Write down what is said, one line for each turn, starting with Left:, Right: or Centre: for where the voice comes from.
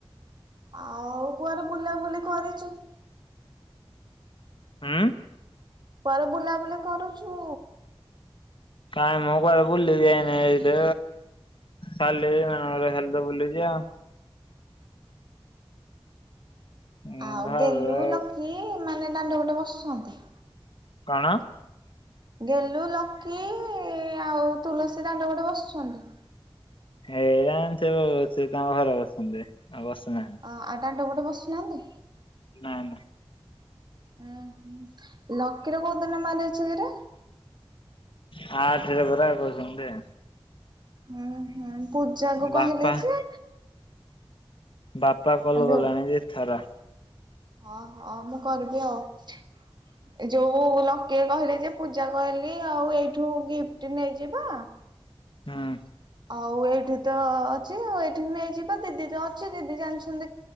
Right: ଆଉ କୁଆଡେ ବୁଲା ବୁଲି କରିଛୁ।
Left: ହଁ
Right: ପରେ ବୁଲାବୁଲି କରୁଛୁ?
Left: କାଇଁ ମୁଁ କରେ ବୁଲି ଯାଇନ ଏଇଦ ଖାଲି ମ ବୁଲଛି ଆଉ ଉଁ
Right: ଆଉ
Left: ଘରେ
Right: ଗେଲୁ ଲୋ କି ମାନେ ଦାଣ୍ଡ ଗୋଟେ ବସୁଛନ୍ତି।
Left: କଣ?
Right: ଗେଲୁ ଲକି ଆଉ ତୁଳସୀ ଦାଣ୍ଡ ପଟେ ବସିଛନ୍ତି।
Left: ଏଇରା ସେ ଅ ସେ ତାଙ୍କ ଘରେ ବସଛନ୍ତି ଆଉ ବସୁନାହାନ୍ତି।
Right: ଆଉ ଦଣ୍ଡ ପଟେ ବସୁନାହାନ୍ତି।
Left: ହଁ
Right: ଉଁ ହ ଲକିର କୋଉଦିନ ମାରିଛ କିରେ।
Left: ହାର୍ଟରେ ପରା କହୁଛନ୍ତି।
Right: ହୁଁ ହୁଁ ପୂଜା କୁ କହିଲି
Left: ବାପା
Right: ଯେ
Left: ବାପା କଲ
Right: ହ୍ୟାଲୋ
Left: ଗଲାଣି ଯେ ଧାରା
Right: ହଁ ହଁ ମୁଁ କରିବି ଆଉ ଯୋଉ ଲକି କି କହିଲି ଯେ ପୂଜା କହିଲି ଆଉ ଏଇଠୁ ଗିଫ୍ଟ ନେଇଯିବା।
Left: ହଁ
Right: ଆଉ ଏଇଠି ତ ଅଛି ଆଉ ଏଇଠି ନେଇଯିବା ଦିଦି ତ ଅଛି ଦିଦି ଜାଣିଛନ୍ତି।